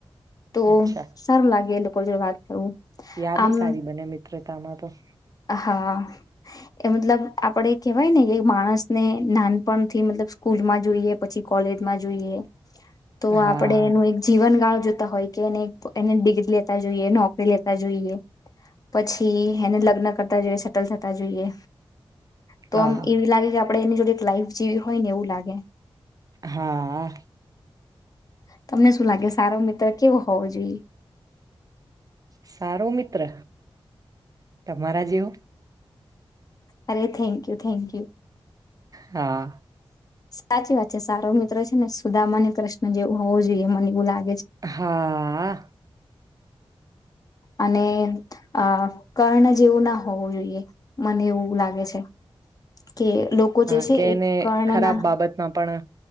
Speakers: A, on the left (about 40°); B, on the right (about 40°).
A: તો
B: અચ્છા
A: સરારું લાગેલ વાત કરવું
B: યાદો
A: આમ
B: સારી બને મિત્રો શતામાં તો
A: હા એ મતલબ આપણે કેહેવાય ને માણસને નાનપણથી મતલબ સ્કૂલમાં જોઈએ પછી કોલેજમાં જોઈએ તો
B: હા
A: આપડે એનું એક જીવનકાાળ હોય એને ડિગ્રી લેતા જોઈએ નોકરી લેતા જોઈએ પછી એને લગ્ન કરતા જોઈએ સેટલ થતા જોઈએ તો
B: હા
A: આમ એવી લાગે કે આપડે એની જોડે એક લાઈફ જીવી હોય ને એવું લાગે
B: હા
A: તમને શું લાગે સારો મિત્ર કેવો હોવો જોઈએ
B: સારું મિત્ર તમારા જેવું
A: અરે થેન્ક યુ થેન્ક યુ
B: હા હા
A: સાચી વાત છે સારો મિત્રો છે ને સુદામન કૃષ્ણ જેવું હોવો જોઈએ મને બુલા
B: હા
A: અને અ કર્ણ જેવું ના હોવું જોઈએ મને એવું લાગે છે કે લોકો
B: હા
A: જે છે
B: કે
A: એ
B: એને
A: કર્ણના
B: ખરાબ બાબતમાં પણ